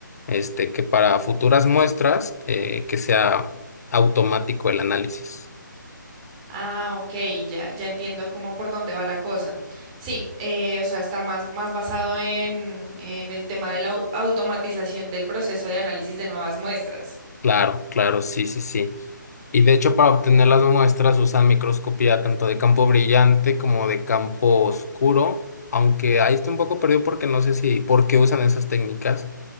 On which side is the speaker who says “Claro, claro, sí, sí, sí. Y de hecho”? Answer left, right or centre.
Left